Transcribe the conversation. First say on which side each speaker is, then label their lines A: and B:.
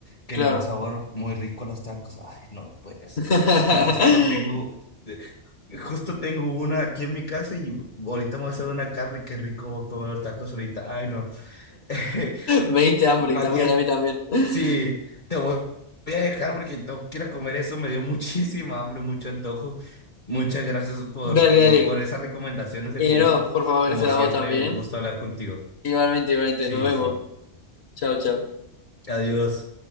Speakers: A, on the left (about 40°); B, on the left (about 60°).
A: que
B: Claro.
A: le da un sabor muy rico a los tacos. Ay, no puede
B: <laughs>
A: ser. Y justo tengo, eh, justo tengo una aquí en mi casa y ahorita me voy a hacer una carne. Qué rico comer los tacos ahorita. Ay, no. <laughs>
B: Me diste hambre
A: Matías.
B: también, a mí también. <laughs>
A: Sí, te voy voy a dejar porque tengo que ir a comer eso. Me dio <laughs> muchísima hambre, mucho antojo. Muchas gracias por,
B: Dale,
A: por,
B: dale.
A: por esas recomendaciones de
B: y
A: comida.
B: no, por
A: Co-
B: favor,
A: Como
B: gracias
A: siempre,
B: a vos también.
A: un gusto hablar contigo.
B: Igualmente, igualmente,
A: Sí,
B: nos vemos.
A: sí.
B: Chao, chao.
A: Adiós.